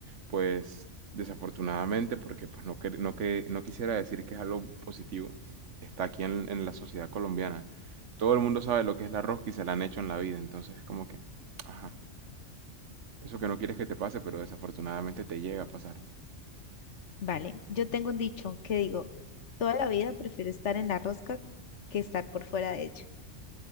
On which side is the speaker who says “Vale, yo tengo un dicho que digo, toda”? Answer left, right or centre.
Left